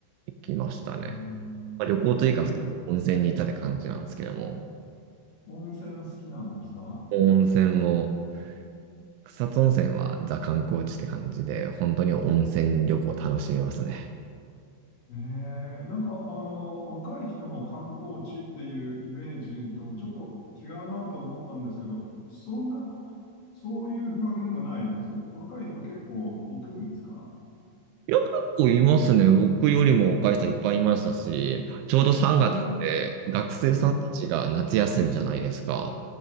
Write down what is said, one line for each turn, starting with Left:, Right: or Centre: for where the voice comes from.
Right: 行きましたね。
Left: うん
Right: まあ、旅行というか温泉に行ったって感じなんですけども、
Left: えー温泉好きなんですか
Right: 温泉も、草津温泉はザ観光地って感じで、本当に温泉旅行楽しめますね。
Left: ええ、なんか、あの、若い人の観光地っていうイメージとちょっと違うなと思ったんですけど、そんな、そういうわけでもないんです。若い人結構行くんですか
Right: いや、結構いますね。僕よりも若い人いっぱいいましたし、ちょうど3月って学生さんたちが夏休みじゃないですか。
Left: うん、うん。